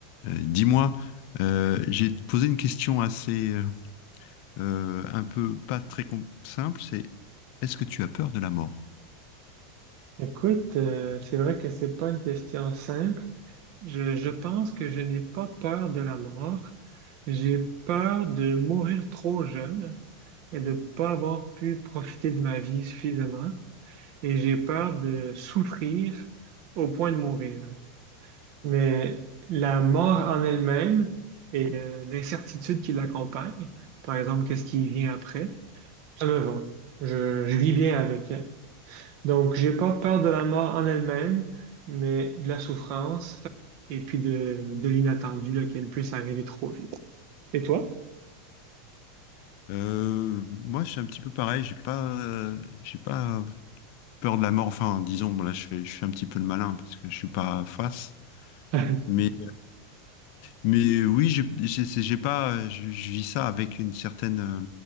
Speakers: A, on the left (about 50°); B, on the right (about 50°).
A: Euh, dis-moi, euh, j'ai posé une question assez euh, un peu pas très com- simple, c'est est-ce que tu as peur de la mort?
B: Écoute, euh, c'est vrai que c'est pas une question simple. Je, je pense que je n'ai pas peur de la mort. J'ai peur de mourir trop jeune et de pas avoir pu profiter de ma vie suffisamment. Et j'ai peur de souffrir au point de mourir. Mais la mort en elle-même et euh, l'incertitude qui l'accompagne, par exemple, qu'est-ce qui vient après, ça me va. Je, je vis bien avec. hein. Donc, j'ai pas peur de la mort en elle-même, mais de la souffrance et puis de, de l'inattendu, là, qu'elle puisse arriver trop vite. Et toi?
A: Euh, moi, je suis un petit peu pareil, j'ai pas euh, j'ai pas peur de la mort. Enfin, disons, bon, là, je fais je suis un petit peu le malin parce que je suis pas face.
B: <laughs>
A: Mais mais oui, j'ai j'ai c'est- j'ai pas je, je vis ça avec une certaine euh,